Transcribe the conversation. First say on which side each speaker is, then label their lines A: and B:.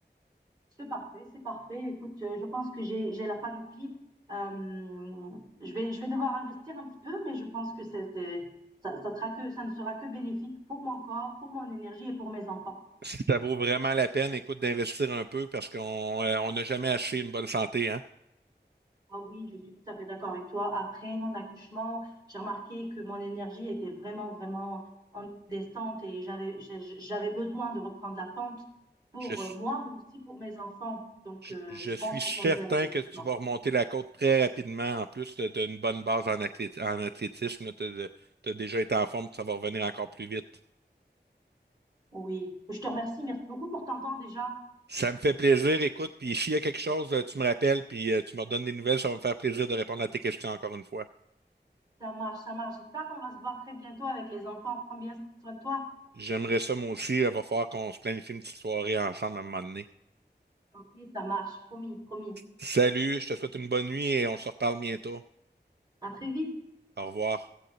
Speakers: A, on the right; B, on the right.
A: c'est parfait, c'est parfait. Écoute, euh, je pense que j'ai, j'ai la panoplie. Euh, je vais, je vais devoir investir un petit peu, mais je pense que c'est, c'est- ça, ça sera que, ça ne sera que bénéfique pour mon corps, pour mon énergie et pour mes enfants.
B: Si ça vaut vraiment la peine, écoute, d'investir un peu parce qu'on euh, on n'a jamais acheté une bonne santé, hein.
A: Ah oui, je suis tout à fait d'accord avec toi. Après mon accouchement, j'ai remarqué que mon énergie était vraiment, vraiment en descente et j'avais, j'ai- j'avais besoin de reprendre la pente pour
B: Je, suis-
A: euh, moi, mais aussi pour mes enfants. Donc,
B: je,
A: euh,
B: je
A: je
B: suis
A: pense que
B: certain
A: c'est un bel investissement.
B: que tu vas remonter la côte très rapidement. En plus, tu as une bonne base en, athlét- en athlétisme. Tu as, déjà été en forme, ça va revenir encore plus vite.
A: Oui, je te remercie. Merci beaucoup pour ton temps déjà.
B: Ça me fait plaisir, écoute, puis s'il y a quelque chose, euh, tu me rappelles, puis euh, tu me redonnes des nouvelles, ça va me faire plaisir de répondre à tes questions encore une fois.
A: Ça marche, ça marche. J'espère qu'on va se voir très bientôt avec les enfants. Prends bien soin de toi.
B: J'aimerais ça moi aussi. Il va falloir qu'on se planifie une petite soirée ensemble à un moment donné.
A: Ok, ça marche. Promis, promis.
B: Salut, je te souhaite une bonne nuit et on se reparle bientôt.
A: À très vite.
B: Au revoir.